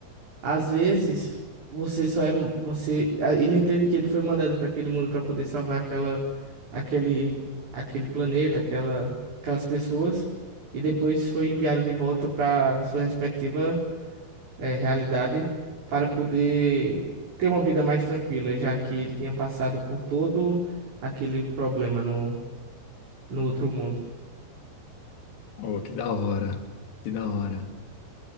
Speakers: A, on the right; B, on the left.
A: às vezes você só é você a- ele entende que ele foi mandado para aquele mundo para poder salvar aquela aquele aquele planeta, aquela aquelas pessoas e depois foi enviado de volta para sua respectiva é, realidade para poder ter uma vida mais tranquila, já que ele tinha passado por todo aquele problema no, no outro mundo.
B: Oh, que da hora. Que da hora.